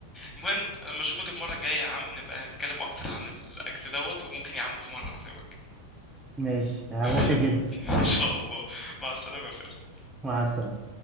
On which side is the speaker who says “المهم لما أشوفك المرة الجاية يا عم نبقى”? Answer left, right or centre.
Left